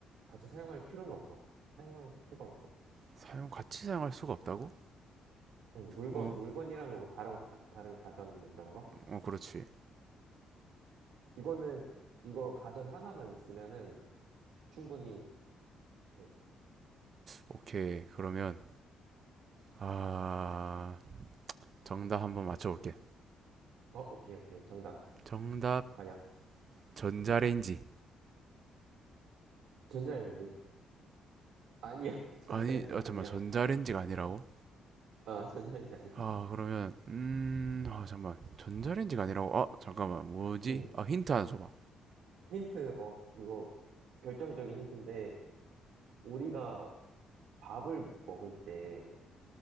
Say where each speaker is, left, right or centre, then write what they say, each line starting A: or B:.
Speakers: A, on the right; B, on the right.
A: 같이 사용할 필요는 없어. 사용할 수가 없어.
B: 사용, 같이 사용할 수가 없다고?
A: 응, 물건,
B: 어,
A: 물건이라면 뭐 다른, 가, 다른 가전 뭐 이런 거?
B: 어, 그렇지.
A: 이거는, 이거 가전 하나만 있으면은 충분히, 응.
B: 오케이. 그러면, 아, 정답 한번 맞춰볼게.
A: 어, 오케이, 오케이. 정답.
B: 정답,
A: 과연.
B: 전자레인지.
A: 전자레인지? 아니야. <laughs> 전자레인지
B: 아니, 아, 잠깐만,
A: 아니야.
B: 전자레인지가 아니라고?
A: 아, 전자레인지 아니야.
B: 아, 그러면, 음, 아, 잠깐만. 전자레인지가 아니라고, 아, 잠깐만. 뭐지?
A: 응.
B: 아, 힌트 하나 줘봐.
A: 힌트, 어, 이거 결정적인 힌트인데, 우리가 밥을 먹을 때,